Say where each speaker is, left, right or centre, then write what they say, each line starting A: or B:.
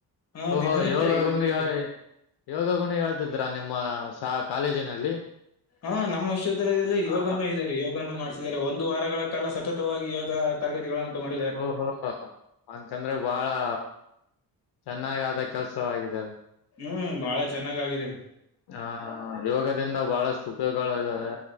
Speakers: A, on the left; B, on the left.
A: ಹಾ
B: ಓಹೋ
A: ದಿನನಿತ್ಯ
B: ಯೋಗ
A: ಐದುವರೆಗೆ
B: ಗುಣಗ ಯೋಗ ಗುಣ ಹೇಳ್ತಿದ್ರಾ ನಿಮ್ಮ ಸ ಕಾಲೇಜಿನಲ್ಲಿ.
A: ಹ ನಮ್ಮ ವಿಶ್ವಿದ್ಯಾಲಯದಲ್ಲಿ
B: ಹಾ
A: ಯೋಗನು ಇದೇರಿ ಯೋಗನ ಮಾಡ್ಸಿದ್ದಾರೆ ಒಂದು ವಾರಗಳ ಕಾಲ ಸತತವಾಗಿ ಯೋಗ ತರಗತಿಗಳನ್ನು ತಗೊಂಡ
B: ಓಹೋ ಅಂಕಂದ್ರೆ ಬಾಳಾ ಚೆನ್ನಾಗ ಆದ ಕೆಲ್ಸವಾಗಿದೆ ಅದು
A: ಹ್ಮ್ ಬಾಳ ಚೆನ್ನಾಗ್ ಆಗಿದೆರಿ.
B: ಹ ಹಾ ಯೋಗದಿಂದ ಬಹಳಷ್ಟು ಉಪಯೋಗಗಳ ಇದ್ದಾವೆ.